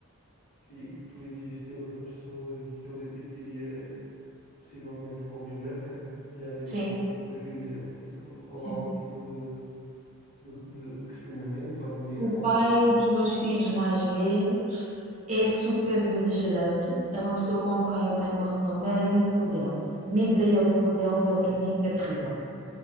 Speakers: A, on the left (about 35°); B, on the right (about 30°).
A: que tu irias ter outra pessoa e que ele e que iria possivelmente conviver, né, diariamente
B: Sim,
A: com, com os filhos dele? Tipo, houve
B: sim.
A: algum tipo de, de, de questionamento ou de medo,
B: O pai
A: alguma coisa?
B: dos meus filhos mais velhos é super beligerante, é uma pessoa com quem eu tenho uma relação meramente cordial. De mim para ele é cordial, dele para mim é terrível.